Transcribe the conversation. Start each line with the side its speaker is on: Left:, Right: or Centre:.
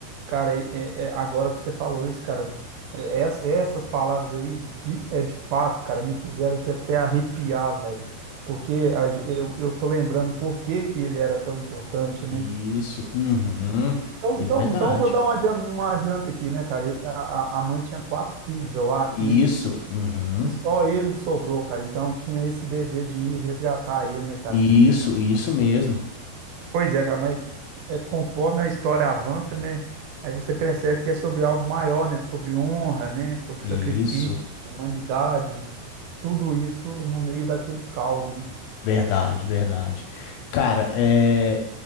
Right: cara, é- é- é- agora que você falou isso, cara, é- é essa- é essas palavras aí, de, é de fato, cara, me fizeram aqui até arrepiar, velho, porque a ge- eu, eu tô lembrando por que que ele era tão importante, né?
Left: Isso, uhum,
Right: Então,
Left: é
Right: então,
Left: verdade.
Right: então eu vou dar um adianta, um adianto aqui, né, cara? E A, a a mãe tinha quatro filhos, eu acho,
Left: Isso,
Right: né?
Left: uhum,
Right: E só ele sobrou, cara, então tinha esse dever de ir resgatar ele, né, cara?
Left: isso, isso mesmo.
Right: Pois é, cara, mas é, conforme a história avança, né? Aí você percebe que é sobre algo maior, né? Sobre honra, né? Sobre
Left: Isso,
Right: sacrifício, humanidade, tudo isso no meio daquele caos, né?
Left: verdade, verdade. Cara, é.